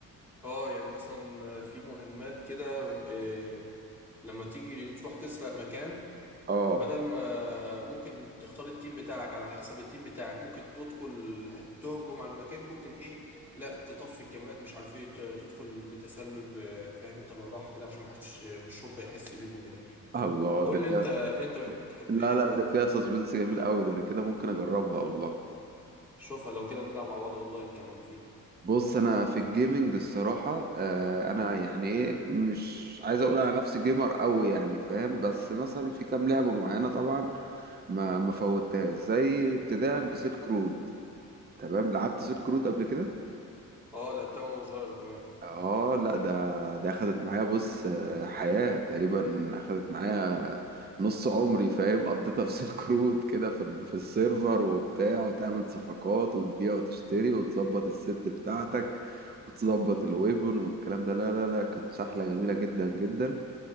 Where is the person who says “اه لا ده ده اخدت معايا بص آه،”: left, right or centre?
Right